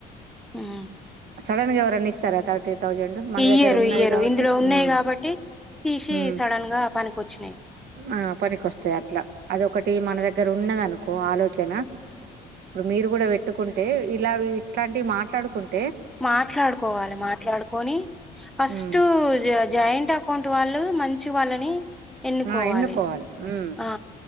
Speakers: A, in the centre; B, on the right (about 70°).
A: హ్మ్
B: సడన్ గా ఎవరైనా ఇస్తారా థర్టీ థౌజండ్ మన
A: ఇయ్యరు.
B: దగ్గర ఉన్నది
A: ఇయ్యరు.
B: కాబట్టి
A: ఇందులో ఉన్నాయి
B: హ్మ్
A: గాబట్టి తీసి
B: హ్మ్
A: సడెన్‌గా పనికొచ్చినాయి.
B: ఆ పనికోస్తాది అట్లా అది ఒకటి మన దగ్గర ఉన్నది అనుకో ఆలోచన ఇప్పుడు మీరు కూడా పెట్టుకుంటే ఇలా ఇట్లాంటివి మాట్లాడుకుంటు
A: మాట్లాడుకోవాలి మాట్లాడుకొని ఫస్ట్
B: ఉమ్
A: జాయింట్ అకౌంట్ వాళ్ళు మంచి వాళ్ళని ఎన్నుకోవాలి
B: ఆ ఉమ్
A: ఆ